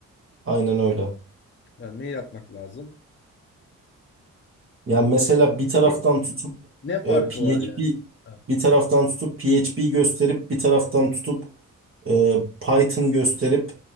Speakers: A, on the right (about 35°); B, on the left (about 30°).
A: Aynen öyle.
B: Yani mail atmak lazım.
A: Yani mesela bir taraftan
B: Ne
A: tutup
B: ne
A: e,
B: farkı var
A: PHP
B: yani? Ha.
A: bir taraftan tutup PHP gösterip bir taraftan tutup e, Python gösterip